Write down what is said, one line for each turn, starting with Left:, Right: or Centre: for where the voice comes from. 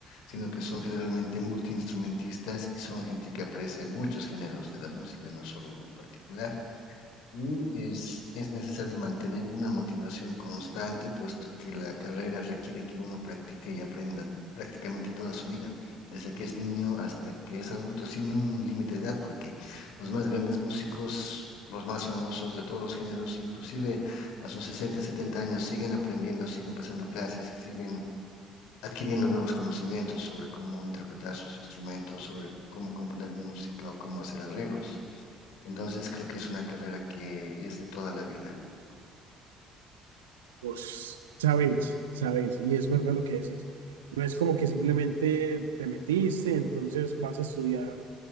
Left: sino que son generalmente multiinstrumentistas y son gente que aprecia muchos géneros de la música, no solo uno en particular. Y es, es necesario mantener una motivación constante, puesto que la carrera requiere que uno practique y aprenda prácticamente toda su vida, desde que es niño hasta que es adulto, sin un límite de edad, porque los más grandes músicos, los más famosos de todos los géneros, inclusive a sus sesenta setenta años, siguen aprendiendo, siguen pasando clases y siguen adquiriendo nuevos conocimientos sobre cómo interpretar sus instrumentos, sobre cómo componer música o cómo hacer arreglos. Entonces creo que es una carrera que es de toda la vida.
Right: Vos sabes, sabes, y es verdad lo que decís. No es como que simplemente te metiste, entonces vas a estudiar